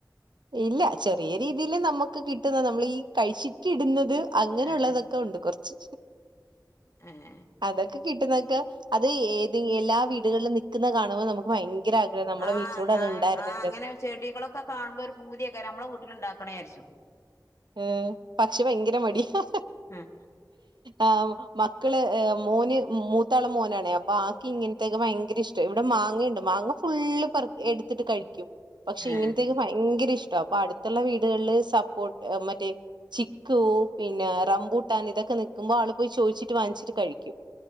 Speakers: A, on the right; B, on the left.
A: ഇല്ല, ചെറിയരീതിയിൽ നമുക്കുകിട്ടുന്ന നമ്മളീകഴിച്ചിട്ടു- ഇടുന്നത്. അങ്ങനെയുള്ളതൊക്കെയുണ്ട്-
B: ഏഹ്
A: കൊറച്ച്,
B: ഏഹ്
A: അതൊക്കെ കിട്ടുന്നതൊക്കെ. അത്.. ഏത്... എല്ലാവീടുകളിലും- നിൽക്കുന്നകാണുമ്പോൾ നമുക്കുഭയങ്കരആഗ്രഹമാ, നമ്മുടെവീട്ടിലൂടെയതു
B: ആഹ് ഞാൻ
A: ണ്ടായിരുന്നെങ്കില്.
B: ചെടികളൊക്കെ കാ- പൂതിയൊക്കെ, നമ്മടെ- വീട്ടിലുണ്ടാക്കണേ വിചാരിച്ചു.
A: ഏ.. പക്ഷേ, ഭയങ്കരമടിയാ
B: ഉം
A: ആ.. ! മക്കള് മോന് മൂത്താളു മോനാണെ, അപ്പൊ ആൾക്കിങ്ങനത്തെ- യൊക്കെഭയങ്കര ഇഷ്ടാ. ഇവിടെമാങ്ങയുണ്ട്, മാ- അങ്ങ്ഫുള്ളെ പറുക്കി ടുത്തിട്ടു കഴിക്കും. പക്ഷേയിങ്ങനത്തേയൊക്കെ
B: ഏഹ്
A: ഭയങ്കരഇഷ്ടാ, അപ്പൊഅടുത്തുള്ള വീടുകളില് സപ്പോ- മറ്റേ ചിക്കൂ പിന്നെ റംബൂട്ടാൻ ഇതൊക്കെ നിക്കുമ്പോൾ ആളു- പോയി ചോദിച്ചിട്ട് വാങ്ങിച്ചിട്ടുകഴിക്കും.